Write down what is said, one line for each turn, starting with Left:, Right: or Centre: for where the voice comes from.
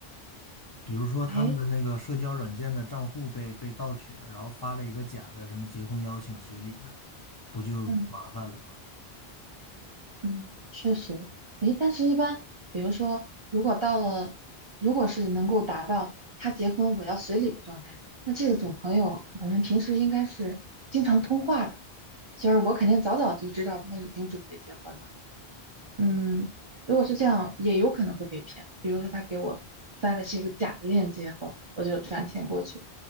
Left: 比如说他们的那个社交软件的账户被被盗取了，
Right: 哎，
Left: 然后发了一个假的什么结婚邀请随礼的，不就麻烦了吗？
Right: 嗯嗯，确实，哎，但是一般，比如说，如果到了，如果是能够达到他结婚我要随礼的状态，那这种朋友，我们平时应该是经常通话的，就是我肯定早早就知道他已经准备结婚了。嗯，如果是这样，也有可能会被骗，比如说他给我发的是一个假的链接后，我就转钱过去，